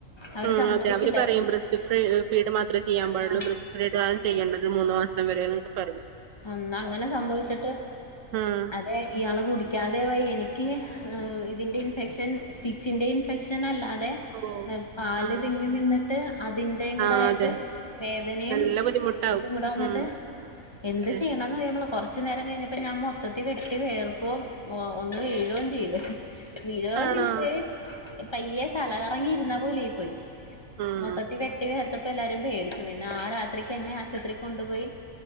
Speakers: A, on the left; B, on the right.
A: അവര്
B: ഉം
A: സമ്മതിക്കില്ല
B: അതെ അവര് പറയും ബ്രസ്റ്റ് ഫീ ഫീഡ് മാത്രേ ചെയ്യാൻ പാടുള്ളൂ
A: ആ
B: ബ്രസ്റ്റ് ഫ്രീഡാണ് ചെയ്യേണ്ടത്. മൂന്ന് മാസം വരെ എന്നൊ ഒക്കെ പറയാ.
A: അന്നാ അങ്ങനെ സംഭവിച്ചിട്ട്
B: ഉം
A: അതെ ഇയാള് കുടി ക്കാതെ വയ്യാ എനിക്ക് ഇതിന്റെ ഇൻഫെക്ഷൻ സ്റ്റിച്ചിന്റെ ഇൻഫെക്ഷൻ അല്ലാതെ
B: ഓഹ്
A: ഏഹ് പാല്
B: ആഹ്
A: തിങ്ങി നിന്നിട്ട് അതിന്റേം കൂടെ
B: ആഹ്
A: ആയിട്ട്
B: അതെ
A: വേദനേം
B: നല്ല ബുദ്ധിമുട്ടാവും
A: ഇതും കൂടെ വന്നിട്ട്
B: ഉം
A: എന്ത്
B: അതെ
A: ചെയ്യണം കൊറച്ചു നേരം കഴിഞ്ഞപ്പോ ഞാൻ മൊത്തത്തിൽ വെട്ടി വേർക്കോം ഒന്ന് വീഴോം ചെയ്ത് വിഴോം
B: ആണോ
A: മീൻസ് പയ്യേ തലകറങ്ങി ഇരുന്ന പോലെയായി പോയി
B: ഉം
A: മൊത്തത്തിൽ വെട്ടി വേർത്തപ്പോ എല്ലാരും പേടിച്ചു പോയി പിന്നെ ആ രാത്രിക്ക് എന്നെ ആശുപത്രിക്ക് കൊണ്ടുപോയി